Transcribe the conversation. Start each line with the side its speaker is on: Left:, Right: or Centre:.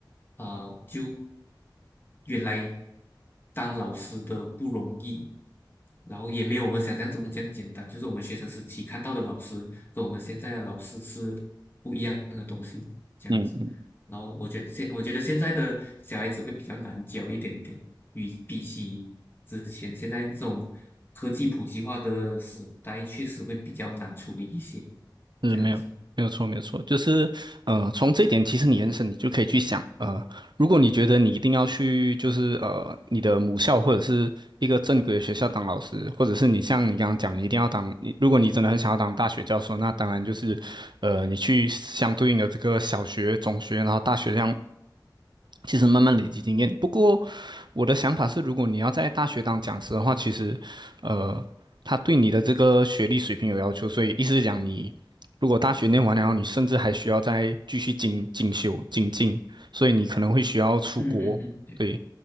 Left: 啊，就原来当老师的不容易，然后也没有我们想象中这样简单，就是我们学生时期看到的老师跟我们现在的老师是不一样的东西，这样子。
Right: 嗯
Left: 然后我觉得现我觉得现在的小孩子会比较难教一点点，与比起之前现在这种科技普及化的时代，确实会比较难处理一些。
Right: 是没有没有错没有错，
Left: 这样子。
Right: 就是呃，从这一点其实你延伸，你就可以去想，呃，如果你觉得你一定要去，就是呃，你的母校或者是一个正规的学校当老师，或者是你像你刚刚讲，你一定要当，你如果你真的很想要当大学教授，那当然就是，呃，你去相对应的这个小学、中学，然后大学这样其实慢慢累积经验。不过我的想法是，如果你要在大学当讲师的话，其实，呃，他对你的这个学历水平有要求，所以意思是讲你。如果大学念完了，你甚至还需要再继续精精修精进，所以你可能会需要出国。
Left: 嗯嗯嗯，对，
Right: 对，